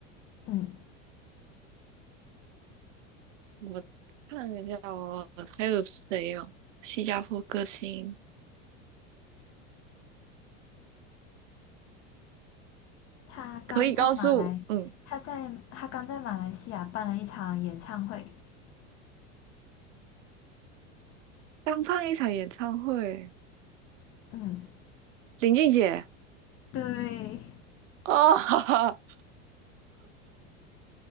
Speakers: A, on the left; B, on the right.
A: 嗯，
B: 我看一下哦，还有谁哦？新加坡歌星
A: 他刚在马来，
B: 可以告诉，嗯，
A: 他在他刚在马来西亚办了一场演唱会，
B: 刚办一场演唱会，
A: 嗯，
B: 林俊杰
A: 对，
B: 哦，<laughs> 哈哈，